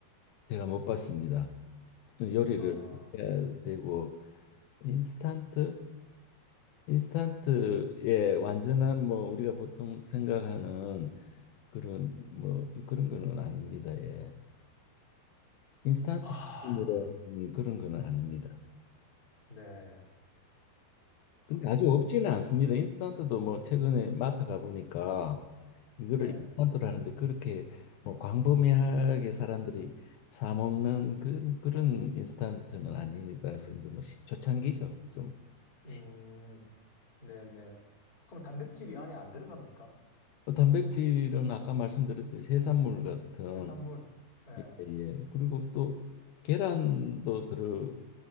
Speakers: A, on the left; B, on the left.
A: 제가 못 봤습니다. 요리를
B: 아,
A: 해야 되고 인스턴트, 인스턴트의 완전한 뭐 우리가 보통 생각하는 그런 뭐 그런 거는 아닙니다. 예. 인스턴트
B: 아,
A: 식품이라 그런 거는 아닙니다.
B: 네, 아,
A: 근데 아주 없지는 않습니다. 인스턴트도 뭐 최근에 마트 가보니까 이거를
B: 네.
A: 인스턴트로 하는데 그렇게 뭐 광범위하게 사람들이 사 먹는 그, 그런 인스턴트는 아니라서 이제 뭐 시- 초창기죠. 좀 시-
B: 음. 네네. 그럼 단백질이 안에 안 들어갑니까?
A: 어, 단백질은 아까 말씀드렸듯이 해산물 같은
B: 해산물. 예.
A: 예, 예. 그리고 또 계란도 들어